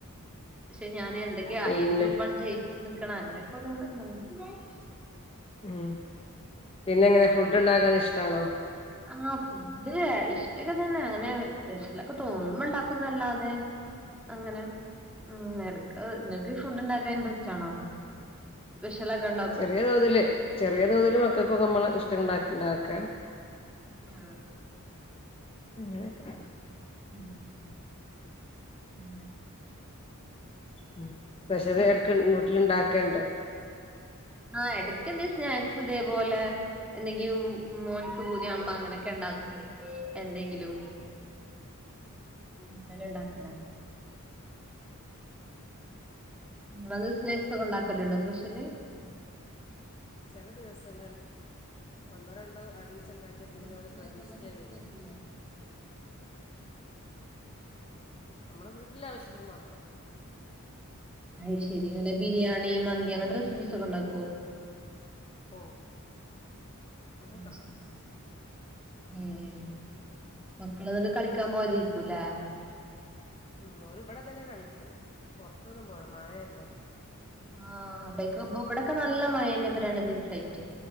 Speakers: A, in the centre; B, on the left.
A: പക്ഷെ ഞാൻ എന്തൊക്കെയ
B: പിന്നെ
A: ഏത് ഗ്രൂപ്പാണ് ജയിച്ചു നിക്കണ അങ്ങനെയൊക്കോരോന്ന്. <unintelligible>
B: ഉം പിന്നെ എങ്ങനെ ഫുഡ് ഉണ്ടാക്കാൻ ഇഷ്ടാണോ?
A: ആഹ് ഫുഡ് ഇഷ്ടൊക്കെ തന്നെ അങ്ങനെ സ്പെഷ്യലൊക്കെ തോന്നുമ്പ ണ്ടാക്കുന്നല്ലാതെ. അങ്ങനെ ഉംഹ് എട്ക്ക്. നിങ്ങൾക്ക് ഫുഡ് ഉണ്ടാക്കാൻ ഇൻട്രസ്റ്റ് ആണോ? സ്പെഷലക്കണ്ടാ.
B: ചെറിയ തോതില് ചെറിയ തോതിൽ മക്കൾക്കൊക്കെ നമ്മള് ഇഷ്ടംണ്ട ണ്ടാക്കാ.
A: ആഹ്
B: അങ്ങനെയൊക്കെ
A: അയ് ശരി. ഉംഹ് അങ്ങെനെ.
B: ഉംഹ് സ്പഷൽ എട്ക്ക് വീട്ടിൽ ണ്ടാക്കൽണ്ടോ?
A: ആഹ് എടക്കെന്തേ സ്നാക്സ് ഇതേ പോലെ. എന്തെങ്കിലും മോൻക്ക് പൂതിയാവുമ്പോ അങ്ങനെയൊക്കെ ഉണ്ടാക്കും എന്തെങ്കിലും. അങ്ങനെ ണ്ടാക്കല. ങ്ങള് സ്നാക്സൊക്കെ ഉണ്ടാക്കലുണ്ടോ സ്പെഷൽ.
B: ചെല ദിവസങ്ങളിൽ ഒന്നോ രണ്ടോ അടീയിച്ച
A: അയ്ശരി
B: ഉണ്ടാക്കിയാ
A: ഇങ്ങള്
B: പിന്നെ ഓൽ
A: ഇങ്ങനെ
B: പ്രതീക്ഷിച്ച
A: നല്ല കുക്കിംഗ്
B: വെര്യ.
A: ചെയ്യോ
B: നമ്മളെ വീട്ടിലെ ആവശ്യത്തിന് മാത്രം.
A: അയ് ശരി. അങ്ങനെ ബിരിയാണി മന്തി അങ്ങനത്തെ റെസിപ്പീസ് ഒക്കെ ഉണ്ടാക്കോ?
B: ഓ അതൊക്കെണ്ട
A: അയ് ശരി. ഏഹ് മക്കൾന്നിട്ട് കളിക്കാൻ പോയതേര്ക്കൂല്ലേ?
B: ഉംഹ് ഓര് വടെ തന്നെ കളിക്കെണെ പൊറത്തൊന്നും പോല മഴയല്ലേ.
A: ആഹ് അവിടക്കെ പ്പ ഇവിടൊക്കെ നല്ല മഴ ന്നെപ്പ രണ്ട് ദിവസയിട്ട്.